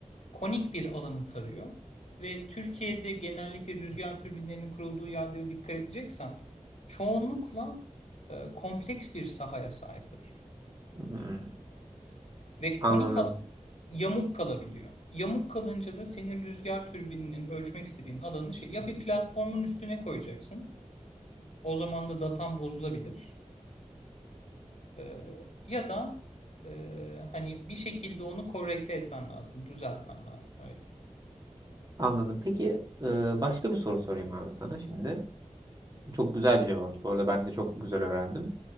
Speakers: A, on the left; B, on the right.
A: konik bir alanı tarıyor ve Türkiye'de genellikle rüzgar türbinlerinin kurulduğu yerlere dikkat edeceksen çoğunlukla e, kompleks bir sahaya sahipler.
B: Hmm,
A: Ve
B: anladım.
A: konik alan yamuk kalabiliyor. Yamuk kalınca da senin rüzgar türbininin ölçmek istediğin alanı şey, ya bir platformun üstüne koyacaksın. O zaman da datan bozulabilir. E, ya da e, hani bir şekilde onu korrekte etmen lazım, düzeltmen lazım öyle diyeyim.
B: Anladım. Peki e, başka bir soru sorayım abi sana şimdi. Çok güzel bir cevaptı. Bu arada ben de çok güzel öğrendim.